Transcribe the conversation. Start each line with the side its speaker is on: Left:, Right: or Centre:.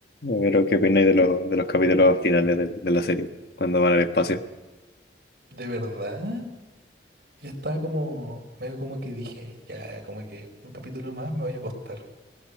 Left: Pero, ¿qué opináis de, los de los capítulos finales de, de la serie? Cuando van al espacio.
Right: De verdad, yo estaba como, medio como que dije, ya, como que un capítulo más me voy a costar